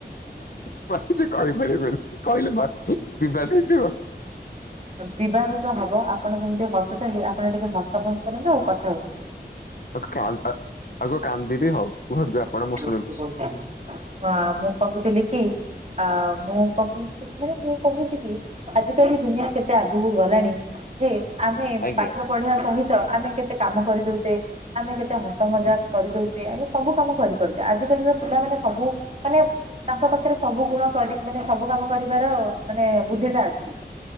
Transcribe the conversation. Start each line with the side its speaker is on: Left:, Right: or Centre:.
Left: <unintelligible> କହିପାରିବନି କହିଲେ <unintelligible> ବିବାଦ ହେଇଯିବ।
Right: ବିବାଦ ତ ହବ ଆପଣ <unintelligible> ଆପଣ ଟିକେ ହସ ବନ୍ଦ କରନ୍ତୁ ଆଉ କଥା ହୁଅନ୍ତୁ।
Left: ଆ କାଦା ଆଉ କାନ୍ଦିବି ହଉ। କୁହନ୍ତୁ ଆପଣ ମୁଁ
Right: ହଁ
Left: ଶୁଣୁଛି।
Right: ମୁଁ କହୁଥିଲି କି। ଆ ମୁଁ କହୁଛି ଥରେ ମୁଁ କହୁଛି କି ଆଜିକାଲି ଦୁନିଆ କେତେ ଆଗକୁ ଗଲାଣି। ଯେ ଆମେ
Left: ଆଜ୍ଞା
Right: ପାଠ ପଢିବା ସହି ଆମେ କେତେ କାମ କରିଦଉଛେ ଆମେ କେତେ ହସ ମଜା କରିଦଉଛେ ଆମେ ସବୁ ସବୁ କରିପାରୁଛି ଆଜିିକାଲିର ପିଲାମାନେ ସବୁ ମାନେ ତାଙ୍କ ପାଖରେ ସବୁ ଗୁଣ କରି ମାନେ ସବୁ କାମ କରି କରିବାର ମାନେ ବୁଦ୍ଧି ଟା ଅଛି।